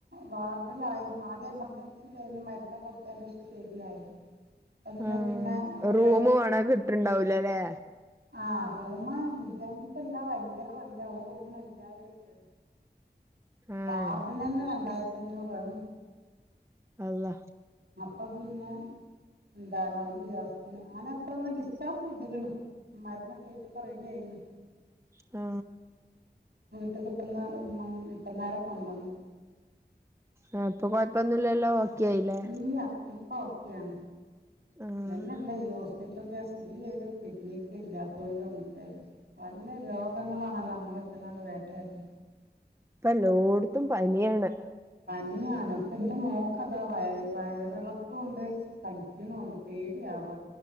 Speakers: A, on the right; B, on the right.
A: വാർഡിലാ.. വാർഡിലായിരുന്നു ആദ്യം എമർജൻസിലായിരുന്നു മരുന്നൊക്കെ കൊട്ത്തെന്റെഷം ശെരിയായി കൊടുത്തക്ഷ ശരിയായി ഒന്ന്
B: ഉം......
A: പിന്നെ ഒക്കെ
B: റൂമ് വേണെകിട്ട്ണ്ടാവൂലല്ലേ
A: അ റൂമ് ഇല്ല്യാഞ്ഞിട്ടല്ലാ... വയങ്കര റെന്റാ... ഒര്റൂമിന് അയായിരല്ലെ..
B: ആഹ്
A: വാർഡിനന്നെ രണ്ടായിരത്തഞ്ഞൂറാണ്
B: അള്ളാ...
A: അപ്പൊ പിന്നേ.... ന്താണ് ഒരു ദിവസത്തിന് അങ്ങനെപ്പന്ന് ഡിസ്ചാർജെയ്ത് ക്ക്‌ണ് മരുന്നക്കേറ്റ് ഇപ്പൊ റെഡ്യായി ഉം
B: ആ....
A: ഇട്ടക്ക് ഇപ്പന്ന് ഇപ്പ ഇപ്പന്നേരം കൊണ്ടന്ന്
B: ആ.. ഇപ്പകൊയ്പ്പന്നൂല്ലല്ലോ... ഒക്കാ യിലെ
A: ഇല്ല ഇപ്പൊ ഒക്കെയാണ്
B: ആഹ്
A: ഇതന്നെല്ലെ ഈ.. സ് പറ്റൽ കേസ് ഈഒരു കിഡ്നിക്കില്ലാത്തലൊണ്ടെനെ പല രോഗങ്ങളാണല്ലോ നമ്മളെ ത്ക്കാണ്ട് വേട്ടെയാടി
B: ഇപ്പല്ലോട്ത്തും പന്യാണ്
A: ഏഅണപ്പന്റെ ന്റെമോക്കതാ... വയ വയറെളക്കോംണ്ട് നിക്കുനൂണ്ട് പേടിയാവ